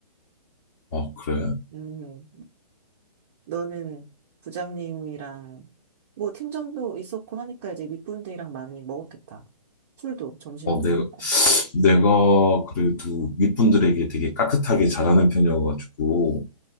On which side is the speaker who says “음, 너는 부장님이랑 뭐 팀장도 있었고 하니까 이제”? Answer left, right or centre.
Right